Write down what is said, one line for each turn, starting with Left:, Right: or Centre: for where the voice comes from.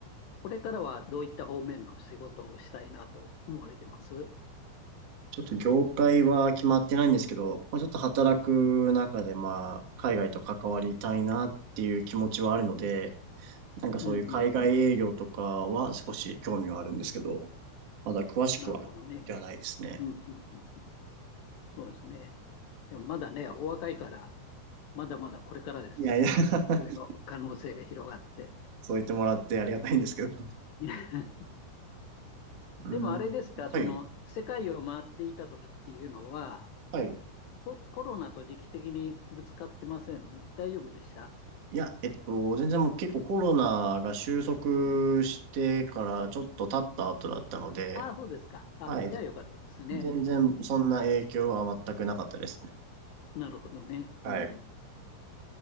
Left: これからはどういった方面の仕事をしたいなと思われてます
Right: ちょっと業界は決まってないんですけど、まあ、ちょっと働く中でまあ海外と関わりたいなっていう気持ちはあるので、なんかそういう海外営業とかは少し興味はあるんですけど、
Left: うんうん。
Right: まだ詳しくはではないですね。
Left: なるほどね。うんうんうん。そうですね。でもまだね、お若いから、まだまだこれからですね。
Right: いやいや <laughs>
Left: いろいろ可能性が広がって。
Right: そう言ってもらってありがたいんですけど。
Left: <laughs>
Right: うん。
Left: でもあれですか、その世界を回っていた時っていうのは、
Right: はい。はい。
Left: コ、コロナと時期的にぶつかってません。大丈夫でした
Right: いや、えっと、全然もう結構コロナが収束してからちょっと経った後だったので、
Left: ああ、そうですか。あ、
Right: はい。
Left: じゃあよかったですね。
Right: 全然そんな影響は全くなかったですね。
Left: うん。なるほどね。
Right: はい。
Left: うん。